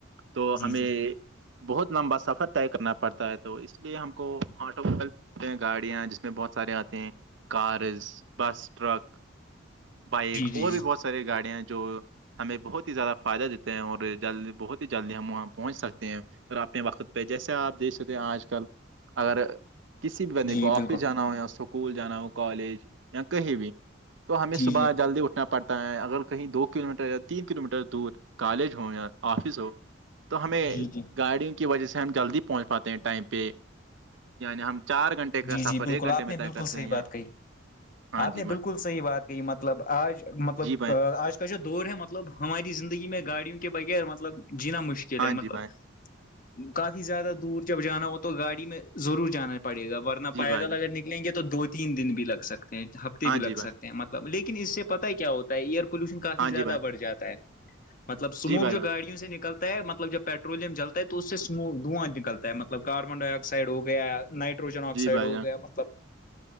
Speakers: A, on the right (about 65°); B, on the left (about 40°).
A: تو
B: جی
A: ہمیں
B: جی
A: بہت لمبا سفر طے کرنا پڑتا ہے تو اس اس لیے ہم کو آٹو موبائل ہیں گاڑیاں جس میں بہت سارے آتے ہیں کارز بس ٹرک بائک
B: جی جی
A: اور
B: جی
A: بھی بہت ساری گاڑیاں جو ہمیں بہت ہی زیادہ فائدہ دیتے ہیں اور جلی بہت ہی جلدی ہم وہاں پہنچ سکتے ہیں اور اپنے وقت پہ جیسے آپ دیکھ سکتے ہیں آج کل اگر کسی بھی بندے
B: جی
A: کو آفس
B: بالکل
A: جانا ہو یا اسکول جانا ہو کالج یا کہیں بھی تو ہمیں
B: جی
A: صبح
B: جی
A: جلدی اٹھنا پ پڑتا ہے اگر کہیں دو کلو میٹر یا تین کلو میٹر دور کالج ہو یا آفس ہو تو ہمیں
B: جی جی
A: گاڑیوں کی وجہ سے ہم جلدی پہنچ پاتے ہیں ٹائم پہ یعنی ہم چار گھنٹے کا
B: جی
A: سفر
B: جی بالکل
A: ایک گھنٹے
B: آپ
A: میں
B: نے
A: طے
B: بالکل
A: کرتے
B: صحیح
A: ہیں یا
B: بات کہی
A: ہاں
B: آپ
A: جی
B: نے
A: بھائی
B: بالکل صحیح بات کہی مطلب آج مطلب
A: جی بھائی
B: آج کا جو دور ہے مطلب ہماری زندگی میں گاڑیوں کے بغیر مطلب جینا مشکل
A: ہاں
B: ہے مطلب
A: جی بھائی
B: کافی زیادہ دور جب جانا ہو تو گاڑی میں ضرور جانا پڑے گا ورنا
A: جی
B: پائے
A: بھائی
B: گا لگر
A: جان
B: لیں گے تو دو تین دن بھی لگ سکتے ہیں ہفتے
A: ہاں
B: بھی لگ
A: جی بھائی
B: سکتے ہیں مطلب لیکن اس سے پتہ کیا ہوتا ایئر پولوشن کافی
A: ہاں
B: زیادہ
A: جی بھائی
B: بڑ جاتا ہے مطلب سموک
A: جی بھائی
B: جو
A: جان
B: گاڑیوں سے نکلتا ہے مطلب جب پیٹرولم چلتا ہے تو اس سے دھواں نکلتا ہے مطلب کاربن ڈائی آکسائڈ ہو گیا نائٹ ٹروجن آکسائڈ
A: جی بھائی
B: ہو
A: جان
B: گیا مطلب